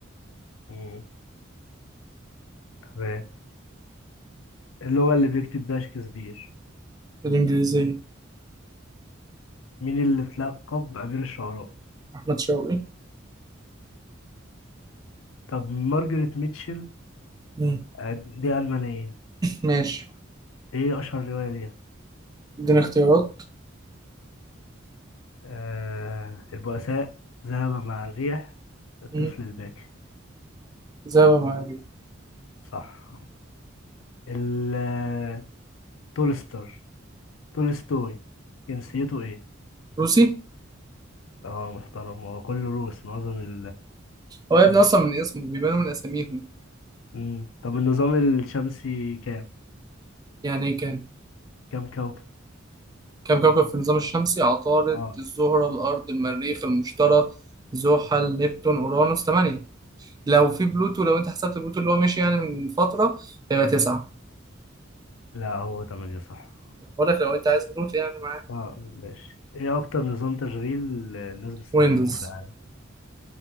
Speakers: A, on the left; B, on the right.
A: أمم تمام اللغة اللي بيكتب بيها شكسبير
B: الإنجليزية
A: مين اللي اتلقب بأمير الشعراء؟
B: أحمد شوقي
A: طب مارجريت ميتشل
B: مم.
A: آه، دي ألمانية
B: ماشي
A: ايه اشهر رواية ليها
B: إديني اختيارات
A: آه البؤساء ذهب مع الريح الطفل
B: مم.
A: الباكي
B: زي ما معايا
A: صح ال تولستر تولستوي جنسيته ايه
B: روسي
A: اه محترم هو كله روسي معظم ال
B: هو يا ابني أصلا من اسمه بيبانوا من أساميهم
A: مم. طب النظام الشمسي كام
B: يعني إيه كام
A: كام كوكب
B: كام كوكب في النظام الشمسي عطارد
A: اه
B: الزهرة الأرض المريخ المشتري زحل نبتون أورانوس تمانية لو في بلوتو لو أنت حسبت بلوتو اللي هو مشي يعني من فترة هيبقى تسعة
A: لا هو تمانية صح
B: بقول لك لو انت عايز بلوتو يعني معاك
A: اه ماشي ايه اكتر نظام تشغيل الناس بتستخدمه
B: ويندوز
A: في العالم